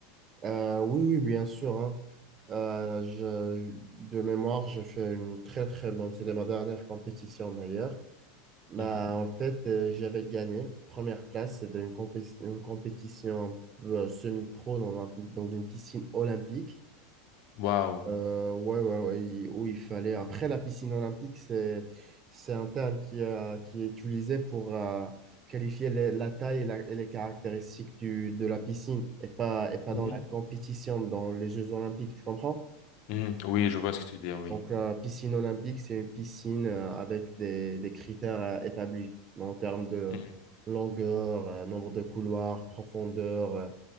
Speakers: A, on the right; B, on the left.
A: Euh, oui, oui, bien sûr. hein. Euh, je- de mémoire, j'ai fait une très, très bonne. C'était ma dernière compétition d'ailleurs. Bah,
B: Mhm.
A: en fait, euh, j'avais gagné. Première place, c'était une, compé- une compétition un peu, euh, semi-pro dans un, pi- dans une piscine olympique.
B: Waouh.
A: Euh, ouais, ouais, ouais, il- où il fallait. Après, la piscine olympique, c'est, c'est un terme qui, euh, qui est utilisé pour euh, qualifier les- la taille et, la- et les caractéristiques du, de la piscine et pas, et pas
B: Mhm.
A: dans la compétition, dans les Jeux olympiques, tu comprends?
B: Mhm. Oui, je vois ce que tu veux dire, oui.
A: Donc, la piscine olympique, c'est une piscine euh, avec des, des critères euh, établis en termes de
B: Mhm.
A: longueur, euh, nombre de couloirs, profondeur, euh,